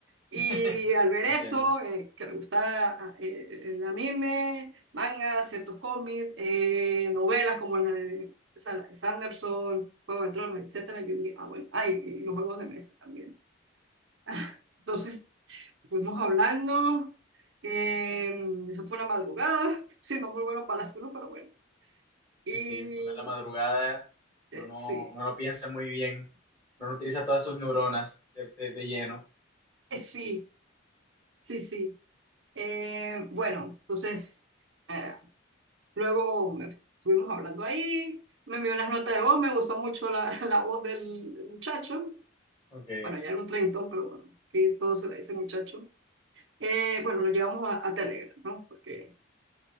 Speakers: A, on the right (about 65°); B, on the left (about 20°).
A: y
B: <laughs>
A: al ver
B: Entiendo.
A: eso, eh, que le gusta ah, eh, eh, el anime, manga, ciertos cómics, eh, novelas como la de Sa- Sanderson, Juego de Tronos, etcétera, yo dije, ah bueno, ay, y los juegos de mesa también. Ah, Entonces fuimos hablando, em, eso fue una madrugada, sí, no muy bueno para la salud, pero bueno. Y
B: Sí, sí, uno en la madrugada, uno
A: eh,
B: no,
A: sí,
B: uno no piensa muy bien, uno no utiliza todas sus neuronas de, de- de lleno.
A: eh, sí, sí, sí. Eh, bueno, entonces eh, luego me- estuvimos hablando ahí, me envió unas notas de voz, me gustó mucho la, <laughs> la voz del muchacho.
B: Ok.
A: Bueno, ya era un treintón, pero bueno, que todo se le dice muchacho. Eh, bueno, lo llevamos a, a Telegram, ¿no? Porque